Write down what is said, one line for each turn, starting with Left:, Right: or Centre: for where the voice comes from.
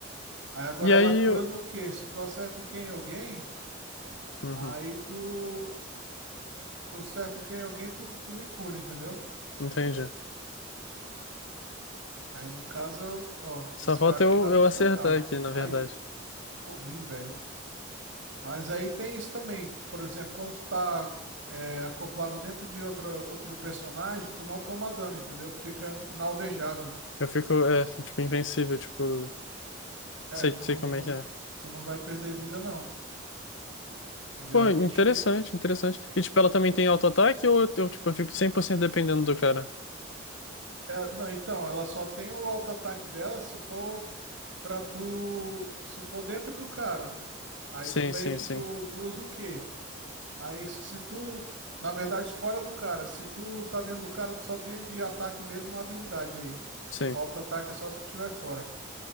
Right: Aí agora
Left: E aí
Right: ela cura
Left: eu...
Right: no Q. Se tu acerta o Q em alguém,
Left: Uhum.
Right: aí tu. Tu acerta o Q em alguém, tu, tu me cura, entendeu?
Left: Entendi.
Right: Aí no caso, eu- ó,
Left: Só
Right: esse
Left: falta
Right: cara aqui
Left: eu,
Right: dá
Left: eu
Right: pra
Left: acertar
Right: pegar,
Left: aqui, na
Right: ó.
Left: verdade.
Right: Ai, corri, velho. Mas aí tem isso também, que, por exemplo, como tu tá é, acoplado dentro de outro, outro personagem, tu não toma dano, entendeu? Tu fica inalvejável.
Left: Eu fico, é, tipo, invencível, tipo,
Right: É,
Left: sei,
Right: tu
Left: sei
Right: não,
Left: como
Right: tu não,
Left: é que é.
Right: tu não vai perder vida, não. Geralmente,
Left: Pô, interessante, interessante. E, tipo, ela também tem auto-ataque ou eu, eu, tipo, eu fico 100% dependendo do cara?
Right: é, não, então, ela só tem o auto-ataque dela se for pra tu, se for dentro do cara. Aí
Left: Sim,
Right: tu meio
Left: sim,
Right: que
Left: sim,
Right: tu, tu usa o quê? Aí, se tu, na verdade, fora do cara, se tu tá dentro do cara, tu só tem de ataque mesmo a habilidade aí.
Left: sim.
Right: O auto-ataque é só se tu tiver fora.